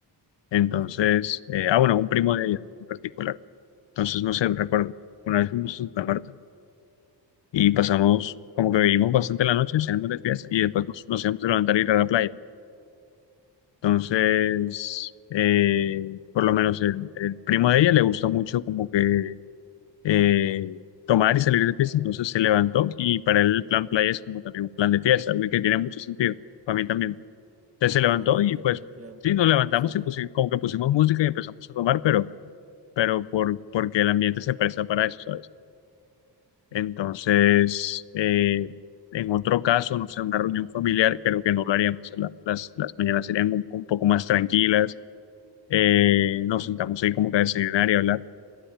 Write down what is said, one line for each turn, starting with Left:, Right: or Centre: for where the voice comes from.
Left: Entonces,
Right: Ok.
Left: eh, ah, bueno, un primo de ella en particular. Entonces, no sé, recuerdo, una vez fuimos a Santa Marta y pasamos, como que bebimos bastante la noche, salimos de fiesta y después nos, nos íbamos a levantar a ir a la playa. Entonces, eh, por lo menos el, el primo de ella le gustó mucho como que eh, tomar y salir de fiesta, entonces se levantó y para él el plan playa es como también un plan de fiesta, algo que tiene mucho sentido, para mí también. Entonces se levantó
Right: Sí, a mí la verdad
Left: y pues
Right: el plan
Left: sí,
Right: playita
Left: nos levantamos
Right: me suena.
Left: y pusi- como que pusimos música y empezamos a tomar, pero, pero por, porque el ambiente se presta para eso, ¿sabes? Entonces,
Right: ujú.
Left: eh, en otro caso, no sé, una reunión familiar, creo que no lo haríamos. La- Las, las mañanas serían un, un poco más tranquilas. eh, nos sentamos ahí como que a desayunar y hablar.